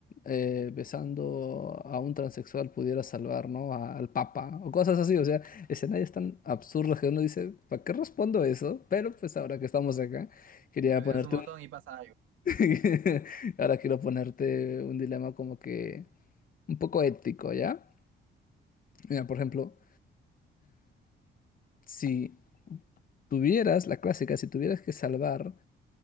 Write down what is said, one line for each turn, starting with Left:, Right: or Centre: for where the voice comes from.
Left: eh, besando a un transexual pudiera salvar, ¿no? a- al Papa o cosas así, o sea, escenarios tan absurdos que uno dice, ¿para qué respondo eso? Pero pues ahora que estamos acá, quería
Right: Presionas
Left: ponerte
Right: un botón
Left: un...
Right: y pasa algo,
Left: <laughs> ahora quiero ponerte un dilema como que un poco ético, ¿ya? Mira, por ejemplo, si tuvieras, la clásica, si tuvieras que salvar